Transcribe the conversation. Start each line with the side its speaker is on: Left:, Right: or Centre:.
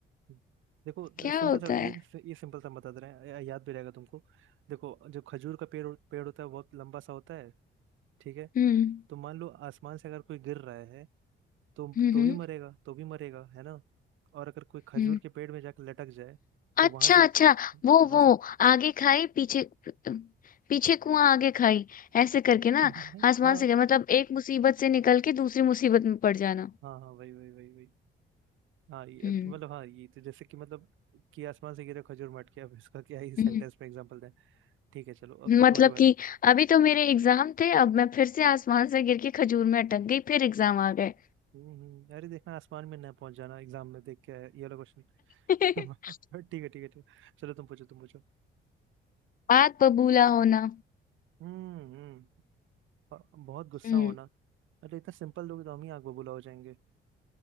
Right: हम्म। देखो
Left: क्या
Right: सिंपल
Left: होता
Right: सा ये
Left: है
Right: ये सिंपल सा बता दे रहे हैं या- याद भी रहेगा तुमको देखो जो खजूर का पेड़ पेड़ होता है बहुत लंबा सा होता है ठीक है
Left: हम्म
Right: तो मान लो आसमान से अगर कोई गिर रहा है तो
Left: हम्म
Right: तो भी मरेगा तो भी मरेगा है ना और अगर कोई खजूर
Left: हम्म
Right: के पेड़ में जाकर लटक जाए तो
Left: अच्छा
Right: वहां से
Left: अच्छा वो
Right: वहां
Left: वो
Right: से <laughs>
Left: आगे खाई पीछे पीछे कुआं आगे खाई ऐसे करके ना
Right: नहीं
Left: आसमान
Right: हाँ
Left: से गिरा। मतलब एक मुसीबत से निकल के दूसरी मुसीबत में पड़ जाना
Right: हाँ हाँ वही वही वही वही हाँ ये
Left: हम्म
Right: तो मतलब हाँ ये तो जैसे कि मतलब कि आसमान से गिरे खजूर मट के अब इसका क्या ही सेंटेंस
Left: हम्म
Right: में एग्जांपल दें ठीक है चलो अब तो
Left: मतलब
Right: तुम्हारी बारी
Left: कि अभी तो मेरे एग्जाम थे अब मैं फिर से आसमान से गिर के खजूर में अटक गई फिर एग्जाम आ गए
Right: हम्म हम्म, अरे देखना आसमान में ना पहुंच जाना एग्जाम में देख के ये वाला क्वेश्चन
Left: <laughs>
Right: <laughs> ठीक है ठीक है ठीक है चलो तुम पूछो तुम पूछो
Left: बात बबूला होना
Right: हम्म हम्म, अ- बहुत गुस्सा
Left: हम्म
Right: होना अरे इतना सिंपल लोग तो हम ही आग बबूला हो जाएंगे